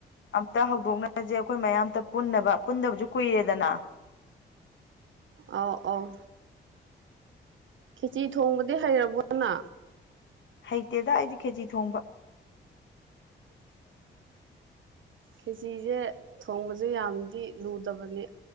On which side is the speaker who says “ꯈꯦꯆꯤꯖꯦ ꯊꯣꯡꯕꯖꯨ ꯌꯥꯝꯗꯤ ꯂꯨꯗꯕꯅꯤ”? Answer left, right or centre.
Right